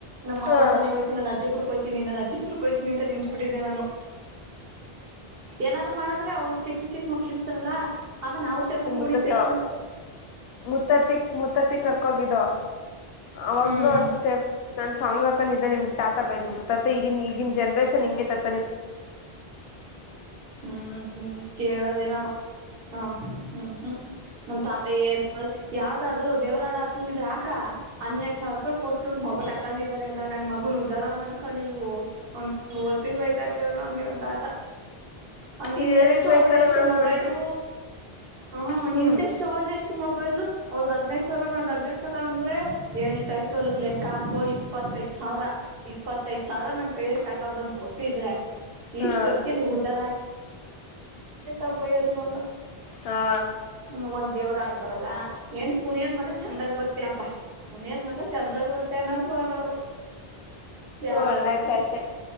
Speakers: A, on the right; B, on the left.
A: ನಮ್ಮ ಮಾವೋರು
B: ಹಾ
A: ಮನೆಗೆ ಹೋಯ್ತೀನಿ ಅಜ್ಜಿಪುರ ನಿ ನಾನು ಅಜಿಪುರ್ಕ್ಕೆ ಹೋಗ್ತೀನಿ ಅಂತ ನಿಂತ್ ಬಿಟ್ಟಿದ್ದೆ ನಾನು. ಏನಾರು ಮಾಡದ್ರೆ ಅವ್ರು ಚಿಕ್ ಚಿಕ್ ಮಕ್ಳು ಇರ್ತಾರಲ್ಲ ಆಗ ನಾವು ಸೇರ್ಕೊಂಡ್
B: ಮುತ್ತತಿ
A: ಕುಣಿತಿರ್ತೇವಿ
B: ಮುತ್ತತಿಕ್ ಮುತ್ತತಿ ಕರ್ಕೋಗಿಧೂ ಅವಾಗ್ಲೂ
A: ಹ್ಮ್
B: ಅಷ್ಟೆ ನಾನು ಸಾಂಗ್ ಹಾಕೊಂಡಿದ್ದೆ ನಿಮ್ಮ ತಾತ ಬೈದ್ಬಿಟ್ರು ತತ ಈಗಿನ ಈಗಿನ ಜನ್ರೇಷನ್ ಹಿಂಗೆ ತಾತ.
A: ಹ್ಮ ಹ್ಮ್ ಕೇಳದೆ ಹ್ಮ್ ಹ್ಮ್ ನಮ್ ತಾತ ಏರ್ ಯಾವ್ದದು ದೇವ್ರಾಡ ಹಾಕಂಗಿದ್ರ ಕಾ ಹನ್ನೆರಡು ಸಾವಿರ ರೂಪಾಯಿ ಕೊಟ್ಟು ಮೊಬೈಲ್ ತಗಂಡ್ ತಂದಿದರೆ ಅಲ್ಲ ನನ್ ಮಗನ್ ಉದ್ದಾರ ಮಾಡಕ್ಕೆ ನೀವು ಹೋಸಿ ಬೈತಾರಲ ನಮಗೆ ನಮ್ ತಾ ನಿಂದೆಷ್ಟು
B: ಹೆವಿ ಬೈತಾರ
A: ಅವಳ್ದ ಎಷ್ಟು
B: ನಾನು
A: ಮೊಬೈಲು
B: ನೋಡಿದ್ದೀನಿ
A: ಹ
B: ಹ್ಮ್
A: ನಿಂದೆಷ್ಟು ಅವಳ್ದ ಎಷ್ಟು. ಎಷ್ಟು ಮೊಬೈಲ್ ಅವ್ರದ ಹದ್ನೈದು ಸಾವರ ನಂದ್ ಹದ್ೈದು ಸಾವಿರ ಅಂದ್ರೆ ಎಷ್ಟ ಆಯ್ತು ಒಲ್ಗ್ ಲೆಕ್ಕ ಹಾಕೋ ಇಪ್ಪತ್ತೈ್ ಸಾವಿರ ಇಪ್ಪತ್ತೈ್ ಸಾವಿರ ನನ್ ಕೈಯಸ್ ತಗೊ ಬಂದ್ ಕೊಟ್ಟಿದ್ರೆ.
B: ಹಾ
A: ಇಷ್ಟತ್ಕ್ಕೆ ನೀವು. ಎಷ್ಟ ಅಬ್ದು ತಮ್ಮನ.
B: ಹಾ
A: ಹ್ಮ್ ಒಂದೇವರು ಆಡ್ಬ. ಬರಲ್ಲಾ. ಏನ್ ಕುಣಿಯದ್ ಮತ ಚಂದಾಗ ಬತೇಪ್ಪಾ ಕುಣಿಯದ್ ಮತ್ರ ಚಂದಾಗ ಬತ್ತೇನಪ್ಪನರು ಯಾವಾಗ
B: ಒಳ್ಳೆ ಕತೆ